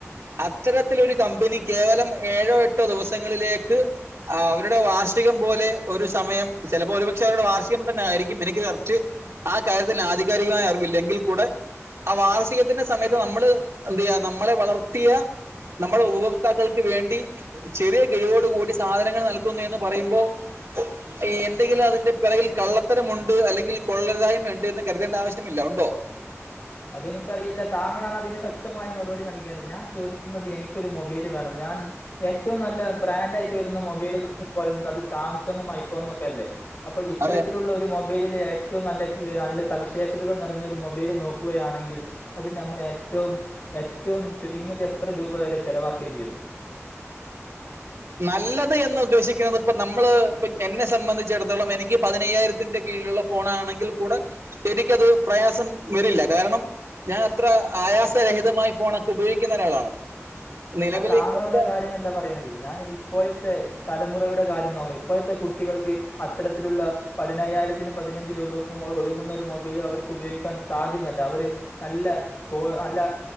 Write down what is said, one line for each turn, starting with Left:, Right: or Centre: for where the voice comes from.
Right: അത്തരത്തിലൊരു കമ്പനി കേവലം ഏഴോ എട്ടോ ദിവസങ്ങളിലേക്ക് ആഹ് അവരുടെ വാർഷികം പോലെ ഒരു സമയം ചെലപ്പോ ഒരുപക്ഷെ അവരുടെ വാർഷികം തന്നെ ആയിരി യും എനിക്ക് കറക്റ്റ് ആ കാര്യത്തിൽ ആധികാരികമായി അറിവില്ല എങ്കിൽ കൂടെ ആ വാർഷികത്തിന്റെ സമയത്ത് നമ്മള് എന്ത്യ്യാ നമ്മളെ വളർത്തിയ നമ്മുടെ ഉപഭോക്താക്കൾക്ക് വേണ്ടി ചെറിയ കിഴിവോട് കൂടി സാധനങ്ങൾ നൽകും എന്ന് പറയുമ്പോ ഈ എന്തെങ്കിലും അതിന്റെ പിറകിൽ കള്ള ത്തരമുണ്ട് അല്ലെങ്കിൽ കൊള്ളര്തായ്മ ഇണ്ട് എന്ന് കരുതേണ്ട ആവശ്യമില്ല ഉണ്ടോ
Left: അതെനിക്കറിയില്ല താങ്കളാണ് അതിന് വ്യക്തമായ മറുപടി നൽകേണ്ടത് ഞാൻ ചോദിക്കുന്നത് എനിക്കൊരു മൊബൈല് വേണം ഞാൻ ഏറ്റവും നല്ല ബ്രാൻഡ് ആയിട്ട് വരുന്ന മൊബൈലുകന്ന് പറയുന്നത് അത് സാംസങ്ങും ഐഫോണും ഒക്കെ അല്ലേ അപ്പ ഇത്തരത്തിലുള്ള
Right: അതെ
Left: ഒരു മൊബൈലില് ഏറ്റവും നല്ല നല്ല സവിശേഷതകൾ നെറഞ്ഞൊരു മൊബൈല് നോ കുകയാണെങ്കിൽ അതിൽ നമ്മള് ഏറ്റവും ഏറ്റവും ചുരുങ്ങത് എത്ര രൂപ വരെ ചെലവാക്കേണ്ടി വരും
Right: നല്ലത് എന്ന് ഉദ്ദേശിക്കുന്നത് ഇപ്പ നമ്മള് എന്നെ സംബന്ധിച്ചിടത്തോളം എനിക്ക് പതിനയ്യായിരത്തിന്റെ കീഴിലുള്ള ഫോണാണെങ്കിൽ കൂടെ എനിക്കത് പ്രയാസം വരില്ല കാരണം ഞാൻ അത്ര ആയാസരഹിതമായി ഫോണൊക്കെ ഉപയോഗിക്കുന്ന ഒരാളാണ് നിലവിൽ
Left: ഞാൻ താങ്കളുടെ
Right: എന്റെ
Left: കാര്യമല്ല പറിണത് ഞാന് ഇപ്പോഴത്തെ തലമുറയുടെ കാര്യംന്നാണ് ഇപ്പോഴത്തെ കുട്ടികൾക്ക് അത്തരത്തിലുള്ള പതിനയ്യായിരത്തിനും പതിനഞ്ച് രൂപക്കും ഒതുങ്ങുന്ന ഒരു മൊബൈല് അവർക്ക് ഉപയോഗിക്കാൻ സാധ്യമല്ല അവര് നല്ല കോ നല്ല